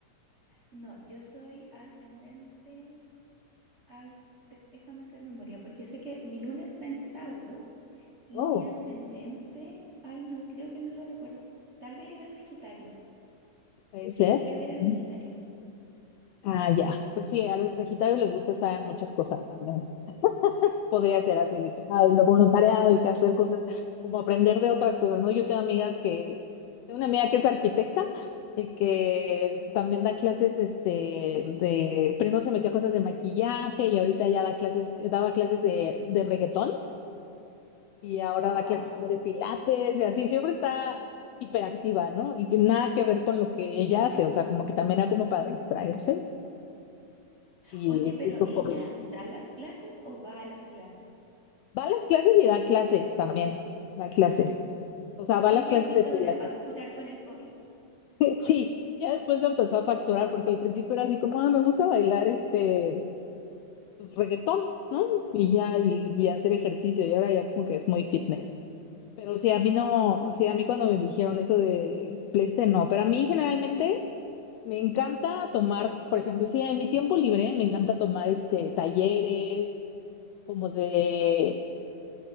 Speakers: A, on the right; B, on the left.
A: No, yo soy ascendente. Ay, de- déjame hacer memoria, porque sé que mi luna está en Tauro y
B: Oh,
A: mi ascendente, ay, no, creo que no lo recuerdo. Tal vez era Sagitario.
B: Puede
A: Sí,
B: ser.
A: creo que era Sagitario.
B: Ujú. Ah, ya. Pues sí, a los Sagitarios les gusta estar en muchas cosas también. podría ser así, de que, ay, lo voluntariado y que hacer cosas, como aprender de otras cosas, ¿no? Yo tengo amigas que, tengo una amiga que es arquitecta y que también da clases, este, de, primero se metió a cosas de maquillaje y ahorita ya da clases, daba clases de, de reggaetón y ahora
A: Wow.
B: da clases como de pilates y así, siempre está hiperactiva, ¿no? Y que nada que ver con lo que ella hace, o sea, como que también era como para distraerse y
A: Oye, pero
B: esto fue.
A: ¿ella da las clases o va a las clases?
B: Va a las clases y da clases también. Da clases. O sea, va a las
A: Ella
B: clases
A: sí
B: de
A: logra
B: pilates.
A: facturar
B: <laughs>
A: con el hobby.
B: Sí, ya después lo empezó a facturar porque al principio era así como, ah, me gusta bailar este pues, reggaetón, ¿no? Y ya, y, y hacer ejercicio. Y ahora ya como que es muy fitness. Pero sí, a mí no, sí, a mí cuando me dijeron eso de PlayStation, no. Pero a mí generalmente me encanta tomar, por ejemplo, sí, en mi tiempo libre me encanta tomar este talleres como de